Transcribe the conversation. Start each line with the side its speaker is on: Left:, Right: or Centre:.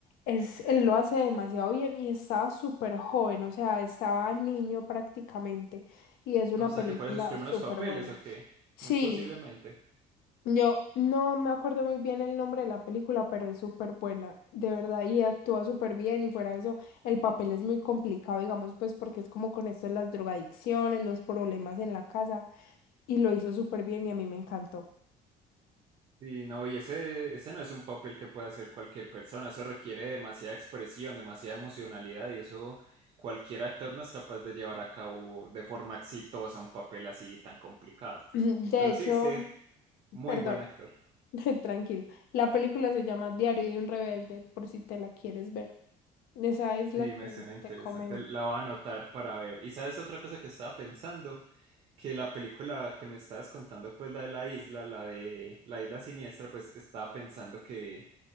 Left: es, él lo hace demasiado bien y estaba súper joven, o sea, estaba niño prácticamente y es una
Right: O sea,
Left: película
Right: que fuera sus primeros
Left: súper
Right: papeles,
Left: buena.
Right: ¿o qué?
Left: Sí,
Right: Muy posiblemente.
Left: yo no me acuerdo muy bien el nombre de la película, pero es súper buena, de verdad, y actúa súper bien y fuera de eso, el papel es muy complicado, digamos, pues porque es como con esto de las drogadicciones, los problemas en la casa, y lo hizo súper bien y a mí me encantó. <laughs>
Right: Y no, y ese, ese no es un papel que puede hacer cualquier persona. Eso requiere demasiada expresión, demasiada emocionalidad y eso cualquier actor no es capaz de llevar a cabo de forma exitosa un papel así tan complicado.
Left: <clears throat> De
Right: Pero
Left: hecho,
Right: sí, es que muy
Left: perdón,
Right: buen actor.
Left: <laughs> tranquilo, la película se llama Diario de un rebelde, por si te la quieres ver. Esa es la
Right: Sí,
Left: que
Right: me suena interesante.
Left: te comento.
Right: La voy a anotar para ver. Y sabes otra cosa que estaba pensando, que la película que me estabas contando, pues la de la isla, la de la isla siniestra, pues estaba pensando que,